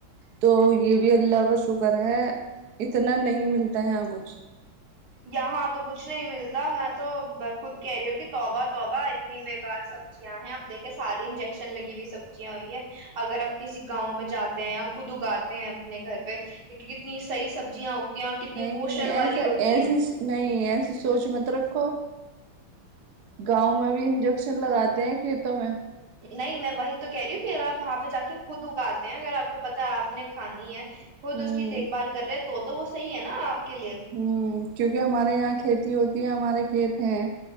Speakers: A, on the right; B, on the right.
A: تو یہ بھی اللہ ب شکر ہے اتنا نہیں ملتا ہے یہ کچھ
B: یہاں تو کچھ نہیں ملتا میں تو خود کہہ رہی ہوں کہ توبہ توبہ اتنی بےیکار سبزیاں ہیں اب دیکھے ساری انجیکشن لگی ہوئی سبزیاں ہوئی ہیں اگر آپ کسی گاؤں میں جاتے ہیں خود اگاتے ہیں اپنے گھر پہ کتنی صحی سبزیاں کتنی
A: نہیں
B: پوشن والی
A: ایسا
B: ہوتی
A: ایسی نہیں ایسی سوچ میں ت رکھو گاؤں میں بھی انجیکشن لگاتے ہیں کھیتوں میں
B: نہیں میں وہی تو کہہ رہی ہوں کہ آپ وہاں پہ جا کے خود اگاتے ہیں اگر آپ کو پتاہ آپ نے کھانی ہے خود
A: ہ
B: اس کی دیکھ بھال کر رہے تو وہ صحیح ہے نا آپ کے لیے
A: ہوں کیونکہ ہمارے یہاں کھیتی ہوتی یہ ہمارے کھیت ہیں